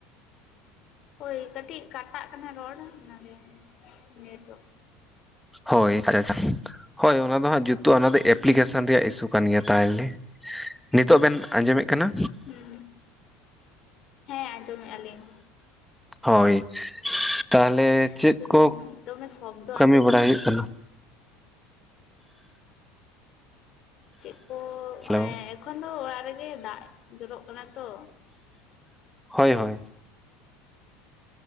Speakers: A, on the left; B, in the centre.
A: ᱦᱳᱭ ᱠᱟᱹᱴᱤᱡ ᱠᱟᱴᱟᱜ ᱠᱟᱱᱟ ᱨᱚᱲ ᱚᱱᱟᱜᱮ ᱱᱮᱴᱣᱟᱨᱠ,
B: ᱦᱳᱭ <unintelligible> ᱦᱳᱭ ᱚᱱᱟ ᱫᱚ ᱦᱟᱸᱜ ᱡᱩᱛᱩ ᱚᱱᱟ ᱫᱚ ᱮᱯᱞᱤᱠᱮᱥᱚᱱ ᱨᱮᱭᱟᱜ ᱤᱥᱩ ᱠᱟᱱ ᱜᱮᱭᱟ ᱛᱟᱦᱚᱞᱮ᱾ ᱱᱤᱛᱚᱜ ᱵᱮᱱ ᱟᱸᱡᱚᱢᱮᱫ ᱠᱟᱱᱟ,
A: ᱦᱩᱸ ᱦᱮᱸ ᱟᱸᱡᱚᱢᱮᱫᱼᱟ ᱞᱤᱧ᱾
B: ᱦᱳᱭ ᱛᱟᱦᱞᱮ ᱪᱮᱫ
A: ᱟᱫᱚ
B: ᱠᱚ
A: ᱫᱚᱢᱮ ᱥᱚᱵᱫᱚ
B: ᱠᱟᱹᱢᱤ
A: ᱟᱸᱡᱚᱢᱚᱜ
B: ᱵᱟᱲᱟ ᱦᱩᱭᱩᱜ ᱠᱟᱱᱟ?
A: ᱪᱮᱫ ᱠᱚ
B: ᱦᱮᱞᱳ
A: ᱮᱠᱷᱚᱱ ᱫᱚ ᱚᱲᱟᱜ ᱨᱮᱜᱮ ᱫᱟᱜᱽ ᱡᱚᱨᱚᱜ ᱠᱟᱱᱟ ᱛᱚ᱾
B: ᱦᱳᱭ ᱦᱳᱭ,